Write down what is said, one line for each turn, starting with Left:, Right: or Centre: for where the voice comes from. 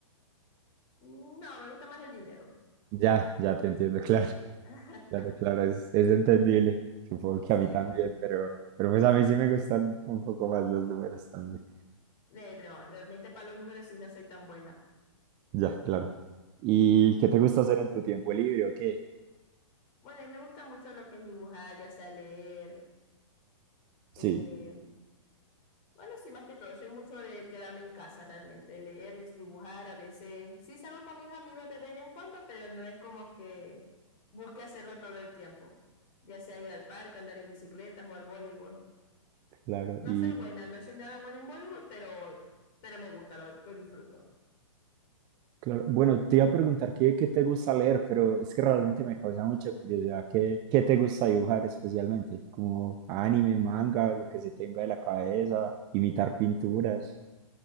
Left: No, me gusta más el dinero.
Right: Ya, ya te entiendo, <laughs> claro,
Left: <laughs>
Right: claro, claro, es, es entendible. Supongo
Left: Sí,
Right: que a mí también, pero, pero pues a mí sí me gustan un poco más los números también.
Left: eh, no, realmente para los números sí no soy tan buena.
Right: Ya, claro. ¿Y qué te gusta hacer en tu tiempo libre o qué?
Left: Bueno, a mí me gusta mucho lo que es dibujar, ya sea leer,
Right: Sí,
Left: eh, Bueno, sí, más que todo, soy mucho de quedarme en casa realmente, leer, es dibujar, a veces sí salgo con mis amigos de vez en cuando, pero no es como que busque hacerlo todo el tiempo, ya sea ir al parque, andar en bicicleta, jugar voleibol.
Right: claro.
Left: No
Right: Y
Left: soy buena, no soy nada buena en voleibol, pero, pero me gusta, lo, lo disfruto.
Right: claro, bueno, te iba a preguntar qué, qué te gusta leer, pero es que realmente me causa mucha curiosidad. ¿Qué, qué te gusta dibujar especialmente? Como anime, manga, lo que se tenga de la cabeza, imitar pinturas.